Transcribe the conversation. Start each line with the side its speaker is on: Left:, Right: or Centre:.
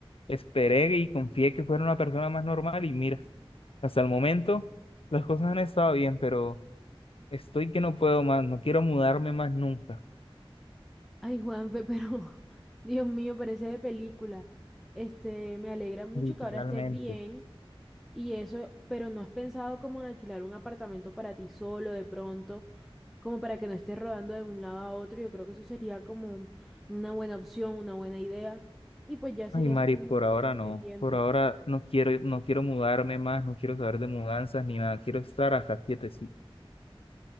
Left: Esperé y confié que fuera una persona más normal y mira, hasta el momento las cosas han estado bien, pero estoy que no puedo más, no quiero mudarme más nunca,
Centre: Ay, Juanfe, pero <laughs> Dios mío, parece de película. Este, me alegra mucho
Left: literalmente.
Centre: que ahora estés bien y eso, pero ¿no has pensado como en alquilar un apartamento para ti solo de pronto, como para que no estés rodando de un lado a otro? Yo creo que eso sería como un- una buena opción, una buena idea y pues ya serías
Left: Ay, Mari,
Centre: tú
Left: por ahora
Centre: independiente.
Left: no, por ahora no quiero, no quiero mudarme más, no quiero saber de mudanzas ni nada, quiero estar acá quietecito.